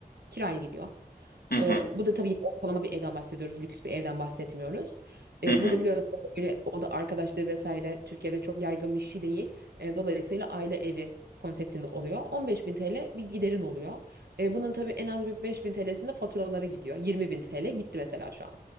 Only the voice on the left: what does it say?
Hı hı.
Hı hı.